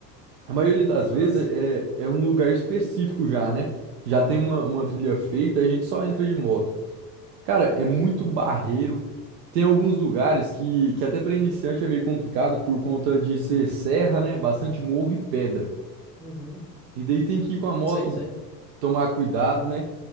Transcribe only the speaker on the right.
A maioria das
vezes é, é um lugar específico já, né? Já tem uma, uma trilha feita, a gente só entra de moto. Cara, é muito barreiro.
Tem alguns lugares que, que até para iniciante é meio complicado por conta de ser serra, né? Bastante morro e pedra.
E daí tem que ir com a moto
tomar cuidado, né?